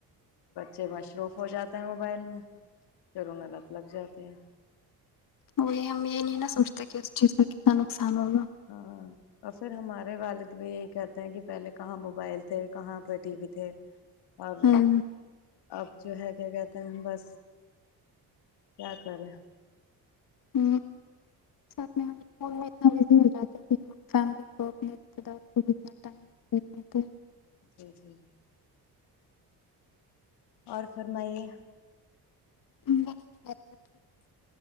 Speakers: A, on the left (about 80°); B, on the left (about 55°).
A: بچے مصروف ہو جاتے ت موبائل میں کریروون لات لگ جاتی ہیں
B: وہ ہم یہ نہیں نا سوچتے کہ اس چیز کا کتنا نقصان ہوگا
A: ہاں اور پھر ہمارے والد بھی یہی کہتے ہیں کہ پہلے کہاں موبائل تھے کہاں پہ ٹی وی تھے اور
B: ہوں
A: اب جو ہے کیا کہتے ہیں بس کیا کریں
B: ہ ساتھ میں فون میں اتنا بزی ہو جاتا ہے فیم کو اپنے رشتے داروں کو بھی اتنا ٹائمتے
A: جی جی اور فر میںائیے
B: <inaudible> <inaudible>